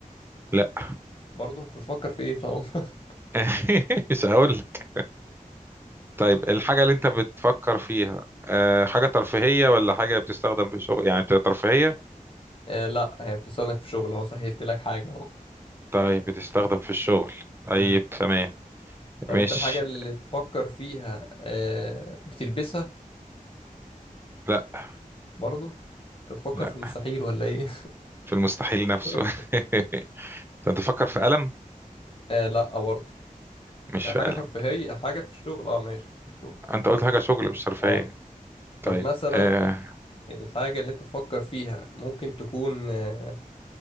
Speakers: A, on the right; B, on the left.
A: لا
B: برضه انت بتفكر في ايه طب <laughs>
A: <laughs> مش هقول لك طيب الحاجة اللي انت بتفكر فيها آه، حاجة ترفيهية ولا حاجة بتستخدم في الشغل يعني بتبقى ترفيهية
B: آه لا هي بتستخدم في شغل اهو سهلت لك حاجة اهو
A: طيب بتستخدم في الشغل طيب
B: امم
A: تمام
B: طب
A: مش
B: انت الحاجة اللي بتفكر فيها آه بتلبسها
A: لا
B: برضه انت تفكر
A: لا
B: في المستحيل ولا ايه
A: في المستحيل نفسه
B: <laughs>
A: <laughs> طب انت فكر في ألم
B: آه لا برضه
A: مش
B: يعني
A: في
B: حاجة
A: ألم
B: ترفيهية حاجة في الشغل اه ماشي في الشغل
A: انت قلت حاجة شغل مش ترفيهية
B: اه طب
A: طيب
B: مثلا
A: آه
B: الحاجة اللي انت تفكر فيها ممكن تكون آه،